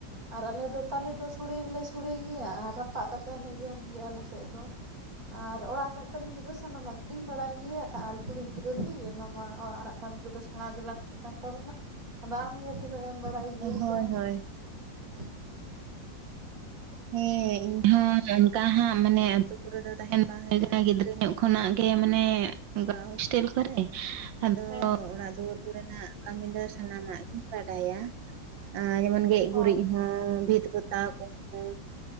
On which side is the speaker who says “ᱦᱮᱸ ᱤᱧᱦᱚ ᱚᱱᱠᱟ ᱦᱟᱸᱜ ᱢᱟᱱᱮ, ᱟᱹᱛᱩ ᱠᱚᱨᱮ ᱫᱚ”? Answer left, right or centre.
Right